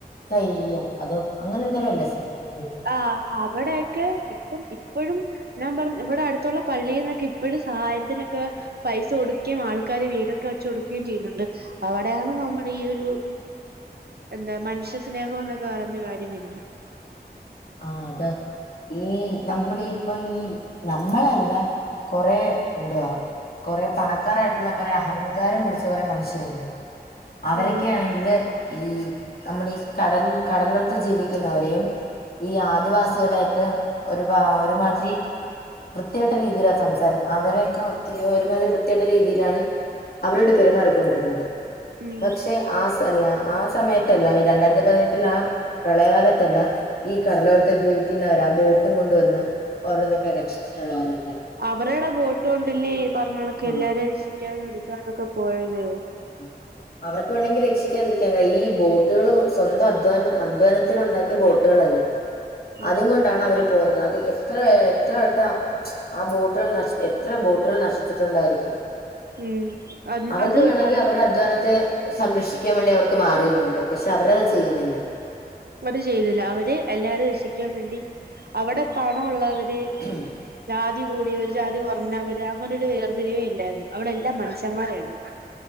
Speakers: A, on the left (about 65°); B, on the right (about 70°).
A: കയ്യും അതോ അങ്ങനെ എന്താെരോ അല്ലേ സ്ഥലത്തിന്റെ
B: ആഹ് അവടെയെക്കെ ഇപ്പം ഇപ്പഴും ഞാൻ പറഞ്ഞ് ഇവടെ അട്ത്തുള്ള പള്ളീന്നൊക്കെ ഇപ്പഴും സഹായത്തിനൊക്കെ പൈസ കൊടുക്കേം ആൾക്കാര് വീടൊക്കെ വച്ച് കൊടുക്കയും ചെയ്യുന്നുണ്ട് അവടെയാണ് നമ്മുടെ ഈ ഒരു എന്തെ മനുഷ്യ സ്നേഹം എന്നൊക്കെ പറഞ്ഞ കാര്യം വെര്ന്ന
A: ആഹ് അതാ ഈ നമ്മളീപ്പൊ ഈ നമ്മളെല്ല കൊറേ ഇണ്ടുഅവ കാെറെ പണക്കാരായിട്ടുള്ള കൊറെ അഹങ്കാരം പിടിച്ച കൊറെ മനുഷ്യരില്ലേ അവരെക്കെയാണെങ്കില്
B: ആഹ്
A: ഈ നമ്മളീ കടൽ കടലോരത്ത് ജീവിക്ക്ന്നവരെയും ഈ ആദിവാസികളെ എക്കെ ഒരു പാ ഒരുമാത് രി വൃത്തികെട്ട രീതിയിലാത് സംസാരം അവരെയെക്ക ഒത്തിരി ഒരുമാതിരി വൃത്തികെട്ട രീതിയിലാണ് അവരോട് പെരുമാറിക്കൊണ്ടിര്ന്നത്
B: ഉം
A: പക്ഷെ ആ സ് ത്ത് അല്ല ആഹ് സമയത്തല്ല ഈ രണ്ടായിരത്തി പതിനെട്ടില് ആഹ് പ്രളയകാലത്തെല്ലാ ഈ കടലോരത്ത് ജീവിക്ക്ന്നവരാ ബോട്ടും കൊണ്ടുവെന്ന് ഓരോന്നെക്കെ രക്ഷിച്ചിട്ട്ള്ള ഓരോര്ത്തര്
B: അവരെടെ ബോട്ട് കൊണ്ട് ഇല്ലേ ഈ പറഞ്ഞ കണക്ക്
A: ആഹ്
B: എല്ലാരേം രക്ഷിക്കാനും എട്ക്കാനും ഒക്കെ പോയത്
A: ആഹ് അവർക്ക് വേണെങ്കി രക്ഷിക്കാതിരിക്കാൻ കഴിയുംഈ ബോട്ട്കള് സ്വന്തം അധ്വാന അധ്വാനത്തിൽ ഉണ്ടാക്കിയ ബോ ട്ട്കളല്ലേ
B: ഉം
A: അതും കൊണ്ടാണ് അവര് പോന്നനത് അത് എത്ര എത്ര വട്ടം ആഹ് ബോട്ടുകൾ നശി എത്ര ബോട്ടുകൾ നശിച്ചിട്ടുണ്ടായിരിക്കും
B: ഉം അത്
A: അവർക്ക്
B: അതും
A: വേണെങ്കി
B: അതും
A: അവര്ടെ അധ്വാനത്തെ സംരക്ഷിക്കാൻ വേണ്ടി അവർക്ക് മാറി നിന്നൂടെ പക്ഷെ അവരത് ചെയ്യ്ന്നില്ല
B: അത് ചെയ്തില്ല അവര് എല്ലാരും രക്ഷിക്കാൻ വേണ്ടി അവടെ പണൊള്ളവര്
A: <unintelligible>
B: ജാതി കൂടിയവര് ഒര്ജാതി കാെറഞ്ഞവര് അങ്ങന ഒര് വേർതിരിവേ ഇല്ലായിരുന്നു അവടെ എല്ലാം മനുഷ്യന്മാരായിരുന്നു